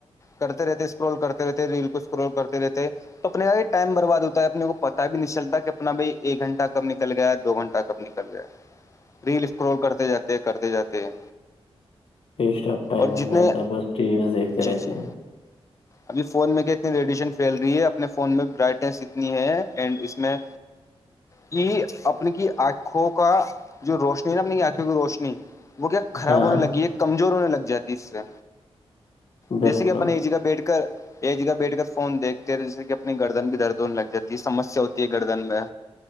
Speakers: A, on the left; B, on the left.
A: کرتے رہتے اسکرول کرتے رہتے ریل کو اسکرول کرتے رہتے تو اپنے آئی ٹائم برباد ہوتا ہے اپنے کو پت بھی نہیں چلتا کہ اپنا بھائی ایک گھنٹہ کب نکل گیا دو گھنٹہ کب نکل گیا
B: ج
A: ریل اسکرول کرتے جاتے ہیں کرتے جاتے ہیں
B: پیسٹب ٹائم
A: اور
B: ہو
A: جتنے
B: جاتا ہے بس ٹییلس دیکھتے
A: جی
B: رہتے
A: جی
B: ہیں
A: ابھی فون میں کیا اتنی ریڈیشن پھیل رہی ہے اپنے فون میں رائٹنیس اتنی ہے اینڈ اس میں کہ اپنی کی آنکھوں کا جو روشنی ہے نا اپنی کی آنکھوں کی روشنی وہ کیا خراب
B: ہاں
A: ہونے لگی ہے کمزور ہونے لگ جاتی اس سے
B: بالکل
A: جیسے کہ اپن ایک جگہ بیٹھ کر ایک جگہ بیٹھ کر فون دیکھتے تھ جیسے کہ اپنے گردن بھی درد ہون لگ جاتی ہے سسیا ہوتی ہے گردن میں